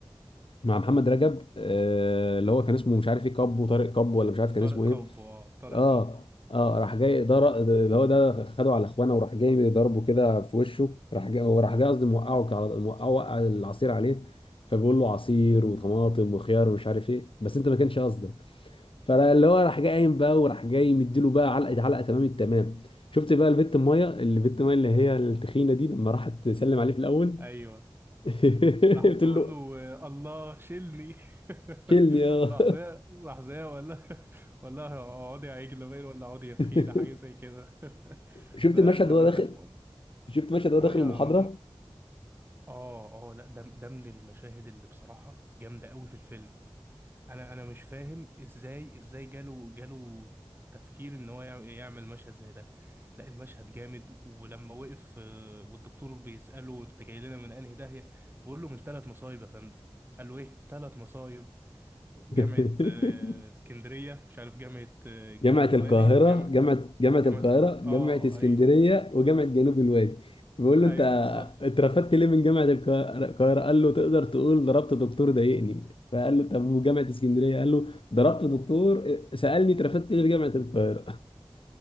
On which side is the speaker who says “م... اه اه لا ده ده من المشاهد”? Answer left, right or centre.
Right